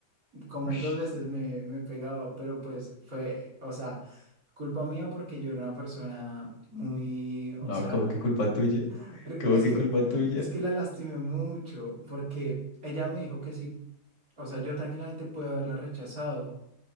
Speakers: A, on the right; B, on the left.
A: como
B: Ush.
A: dos veces me, me pegaba, pero pues fue, o sea, culpa mía porque yo era una persona muy,
B: No,
A: o sea,
B: como
A: r-
B: que culpa tuya.
A: r-
B: Como
A: es
B: que
A: que,
B: culpa tuya.
A: es que la lastimé mucho porque ella me dijo que sí, o sea, yo tranquilamente pude haberla rechazado,